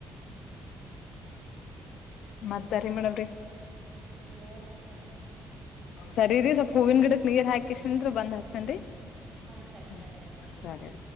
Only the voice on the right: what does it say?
ಹ್ಮ್
ಹೇಳ್ಬ
ಹಾ ಸರಿ
ಸರಿ ಆಯ್ತು.